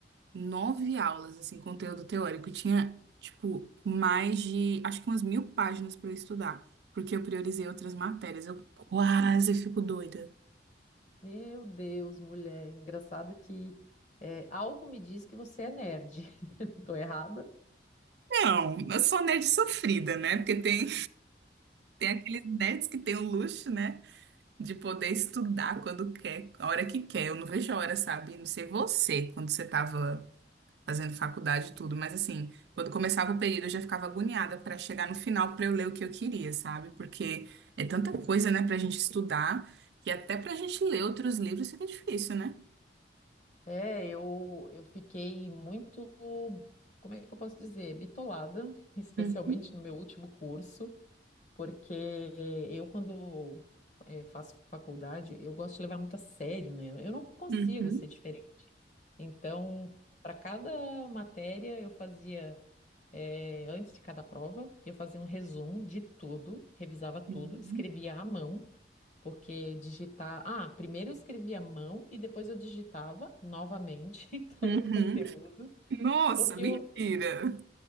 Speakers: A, on the right; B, on the left.
A: nove aulas, assim, conteúdo teórico. E Tinha, tipo, mais de, acho que umas mil páginas para eu estudar, porque eu priorizei outras matérias. Eu quase fico doida.
B: meu Deus, mulher. Engraçado que é, algo me diz que você é nerd. <laughs> Tô errada?
A: Não, eu sou nerd sofrida, né? Porque tem, tem aqueles nerds que têm o luxo, né, de poder estudar quando quer, a hora que quer. Eu não vejo a hora, sabe? Não sei você, quando você tava fazendo faculdade e tudo, mas assim, quando começava o período eu já ficava agoniada para chegar no final para eu ler o que eu queria, sabe? Porque é tanta coisa, né, pra gente estudar, que até pra gente ler outros livros fica difícil, né?
B: É, eu, eu fiquei muito, como é que eu posso dizer, bitolada, <laughs> especialmente
A: Uhum,
B: no meu último curso. porque eu, quando eh, faço faculdade, eu gosto de levar muito a sério, né? Eu não consigo
A: uhum,
B: ser diferente. Então, para cada matéria, eu fazia, eh, antes de cada prova, eu fazia um resumo de tudo, revisava tudo,
A: uhum,
B: escrevia à mão, porque digitar. Ah, primeiro eu escrevia à mão e depois eu digitava novamente <laughs> todo
A: uhum.
B: o conteúdo,
A: Nossa,
B: porque
A: mentira!
B: eu,